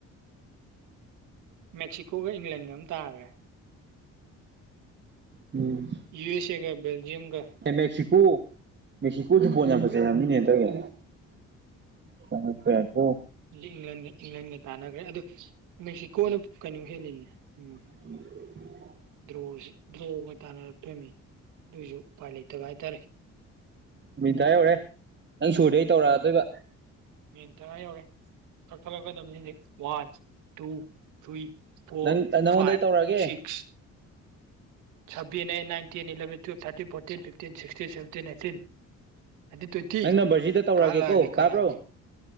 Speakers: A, on the right; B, on the right.
A: ꯃꯦꯛꯁꯤꯀꯣꯒ ꯏꯪꯂꯦꯟꯒ ꯑꯝ ꯇꯥꯔꯦ
B: ꯎꯝ
A: ꯌꯨ ꯑꯦꯁ ꯑꯦꯒ ꯕꯦꯜꯖꯤꯌꯝꯒ
B: ꯑꯦ ꯃꯦꯛꯁꯤꯀꯣ ꯃꯦꯛꯁꯤꯀꯣꯖꯨ ꯕꯣꯜ ꯌꯥꯝ ꯐꯖꯩ ꯍꯥꯏꯕꯅꯤꯅꯦ ꯍꯟꯗꯛꯀꯤ ꯆꯪꯉꯛꯄ ꯌꯥꯏꯄꯣ
A: ꯂꯤꯡꯂꯟꯒ ꯏꯪꯂꯟꯒ ꯇꯥꯟꯅꯈ꯭ꯔꯦ ꯑꯗꯨ ꯃꯦꯛꯁꯤꯀꯣꯅ ꯀꯩꯅꯣ ꯍꯦꯜꯂꯤꯅꯦ ꯎꯝ
B: <unintelligible>
A: ꯗ꯭ꯔꯣꯁꯤ ꯗ꯭ꯔꯣꯒ ꯇꯥꯟꯅꯔꯛꯇꯣꯏꯃꯤ ꯑꯗꯨꯏꯁꯨ ꯎꯄꯥꯏ ꯂꯩꯇꯕ ꯍꯥꯏꯇꯥꯔꯦ
B: ꯃꯤꯇꯥ ꯌꯧꯔꯦ ꯅꯪ ꯁꯨꯔꯗ ꯑꯩ ꯇꯧꯔꯛꯑꯗꯣꯏꯕ
A: ꯃꯦꯟ ꯇꯔꯥ ꯌꯧꯔꯦ ꯀꯛꯊꯠꯂꯒꯗꯕꯅꯤ ꯍꯧꯖꯤꯛ ꯋꯥꯟ ꯇꯨ ꯊ꯭ꯔꯤ ꯐꯣꯔ
B: ꯅꯪ ꯅꯪꯉꯣꯟꯗ
A: ꯐꯥꯏꯚ
B: ꯑꯩ ꯇꯧꯔꯛꯑꯒꯦ
A: six seven eight nine ten eleven twelve thirteen fourteen fifteen sixteen seventeen eighteen nineteen twenty
B: ꯅꯪ ꯅꯝꯕꯔꯁꯤꯗ ꯇꯧꯔꯛꯑꯒꯦꯀꯣ
A: ꯀꯛꯂꯛꯑꯒꯦ ꯀꯛꯂꯛꯑꯒꯦ
B: ꯇꯥꯕ꯭ꯔꯣ